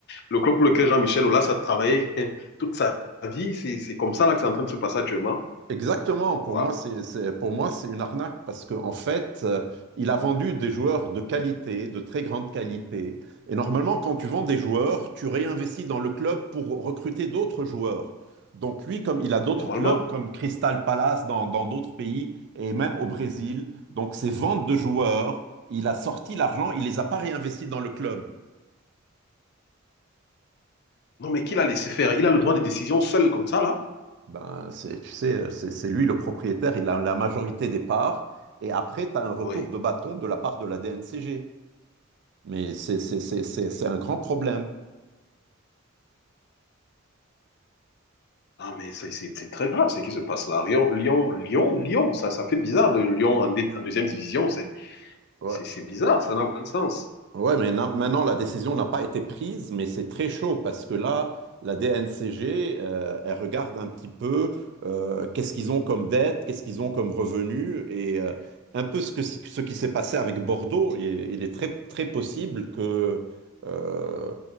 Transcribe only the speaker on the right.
Exactement, pour
moi, c'est, c'est- pour moi, c'est une arnaque parce qu'en fait, euh, il a vendu des joueurs de qualité, de très grande qualité. Et normalement, quand tu vends des joueurs, tu réinvestis dans le club pour recruter d'autres joueurs. Donc lui, comme il a d'autres
clubs comme Crystal Palace dans, dans d'autres pays et même au Brésil, donc ses ventes de joueurs, il a sorti l'argent, il les a pas réinvestis dans le club.
Ben, c'est, tu sais, euh, c'est c'est lui le propriétaire, il a la majorité des parts, et après, tu as un retour
de bâton de la part de la DNCG. Mais c'est c'est- c'est- c'est- c'est un grand problème.
Ouais.
Ouais, mais na- maintenant, la décision n'a pas été prise, mais c'est très chaud parce que là, la DNCG, euh, elle regarde un petit peu euh, qu'est-ce qu'ils ont comme dette, qu'est-ce qu'ils ont comme revenus et euh, un peu ce que, si, ce qui s'est passé avec Bordeaux. Il est, il est très, très possible que, euh,